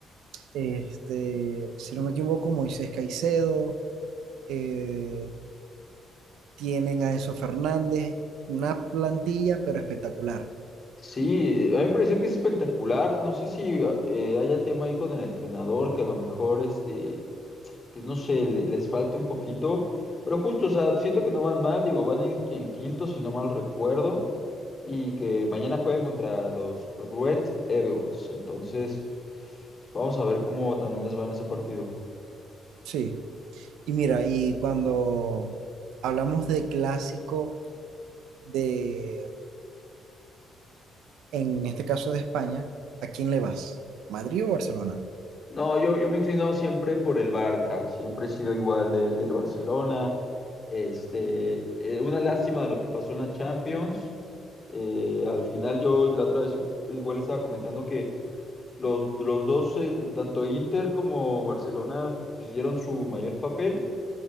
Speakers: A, on the right (about 85°); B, on the left (about 30°).
A: este, si no me equivoco, Moisés Caicedo, eh, tienen a Enzo Fernández, una plantilla pero espectacular.
B: Sí, a mí me pareció que es espectacular. No sé si eh, haya tema ahí con el entrenador, que a lo mejor este pues no sé, le- les falta un poquito, pero justo, o sea, siento que no van mal, digo, van en, en quinto, si no mal recuerdo, y que mañana juegan contra los Red Evils, entonces vamos a ver cómo también les va en ese partido.
A: Sí. Y mira, y cuando hablamos de clásico de, en este caso de España, ¿a quién le vas? ¿Madrid o Barcelona?
B: No, yo, yo me he inclinado siempre por el Barca, siempre he sido igual de- del Barcelona, este, eh, una lástima de lo que pasó en la Champions, eh, al final yo la otra vez igu- igual estaba comentando que Los, los dos, eh, tanto Inter como Barcelona, pues, dieron su mayor papel,